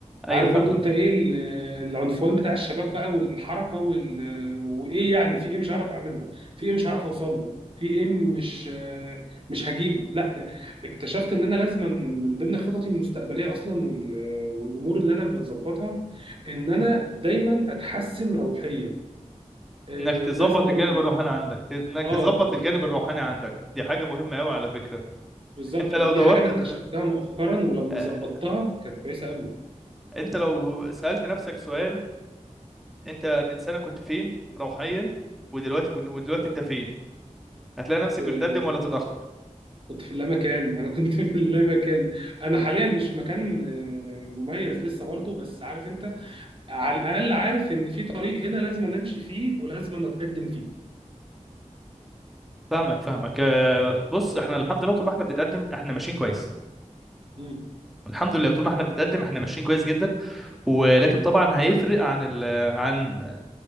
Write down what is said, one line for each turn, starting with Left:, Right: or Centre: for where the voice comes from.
Centre: أيوه
Right: عارف
Centre: فاهمك
Right: برضو انت ايه ال- آه، العنفوان بتاع الشباب بقى والحركه وال... آه، وايه يعني في ايه مش هعرف اعمله في ايه مش هعرف اوصل له في ايه مش آه، مش هجيبه لا اكتشفت ان انا لازم من ضمن خططي المستقبليه اصلا وال... آه، والامور اللي انا بظبطها ان انا دايما اتحسن روحيا آه،
Centre: إنك تظبط
Right: لازما
Centre: الجانب الروحاني عندك إنك
Right: اه
Centre: تظبط الجانب الروحاني عندك دي حاجة مهمة أوي على فكرة
Right: بالظبط
Centre: أنت
Right: دي
Centre: لو دورت
Right: حاجه انا اكتشفتها
Centre: ل-
Right: مؤخرا ولما
Centre: آه،
Right: ظبطتها كانت كويسه قوي
Centre: أنت لو سألت نفسك سؤال أنت من سنة كنت فين روحيا ودلوقتي كنت ودلوقتي
Right: أوه.
Centre: أنت فين هتلاقي نفسك
Right: آه،
Centre: بتتقدم ولا تتأخر
Right: كنت في اللامكان انا كنت <laughs> في اللامكان انا حاليا مش في مكان آه، مميز لسه برضه بس عارف انت على الاقل عارف ان في طريق هنا لازم نمشي فيه ولازم نتقدم فيه
Centre: فاهمك فاهمك آه، بص احنا الحمد لله طول ما احنا بنتقدم احنا ماشيين كويس
Right: مم.
Centre: الحمد لله طول ما احنا بنتقدم احنا ماشيين كويس جدا ولكن
Right: الحمد لله
Centre: طبعا هيفرق عن ال عن